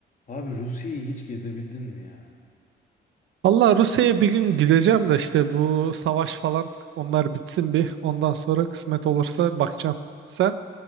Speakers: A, on the left; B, on the right.
A: Abi Rusya'yı hiç gezebildin mi ya?
B: Valla Rusya'ya bir gün gideceğim de işte bu savaş falan onlar bitsin bir. Ondan sonra kısmet olursa bakacağım. Sen?